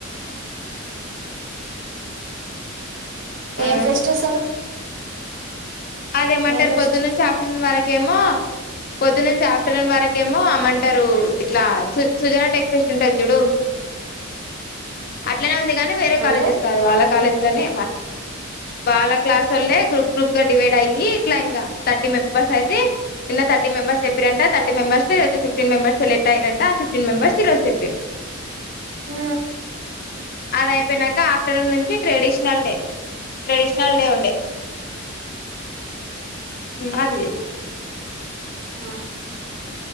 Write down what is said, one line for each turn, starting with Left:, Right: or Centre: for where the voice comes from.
Left: ఆ
Right: ఏం ఫెస్ట్ అసలు
Left: అదేమంటారు
Right: ఏం ఫెస్ట్
Left: పొద్దునుంచి ఆఫ్టర్నూన్ వరకేమో పొద్దునుంచి ఆఫ ఫ్టర్ పన్ వరకేమో ఆ మంటరు ఇట్ల సుజనా టెక్స్ ఫ్రెస్ట్ ఉంటది చుడు అట్లనే ఉంది కానీ వేరే కాలేజెస్
Right: అంటే
Left: కాదు వాళ్ళ కాలేజ లోనె వాళ్ల క్లాస్ వాళ్యె గ్రూప్ గ్రూప్ గ డివైడ్ అయ్యి ఇట్ల ఇంకా థర్టీ మెంబెర్స్ అయితే నిన్న థర్టీ మెంబర్స్ చెప్పిరంట థర్టీ మెంబర్స్ ని రోజ్ ఫిఫ్టీన్ మెంబర్ సెలెక్ట్ అయిరంట ఆ ఫిఫ్టీన్ మెంబర్స్ ఈరోజు చెప్పారు
Right: ఆ
Left: అదయిపోయినక ఆఫ్టర్నూన్ నుంచి ట్రెడిషనల్ డే ట్రెడీష్నల్ డే ఉండే నాది
Right: త